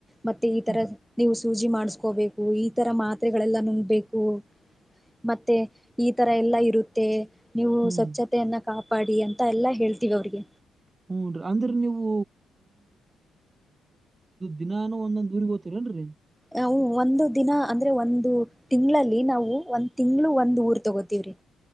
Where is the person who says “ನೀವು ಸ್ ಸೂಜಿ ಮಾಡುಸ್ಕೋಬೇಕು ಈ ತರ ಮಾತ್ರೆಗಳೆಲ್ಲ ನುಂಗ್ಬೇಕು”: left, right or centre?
Centre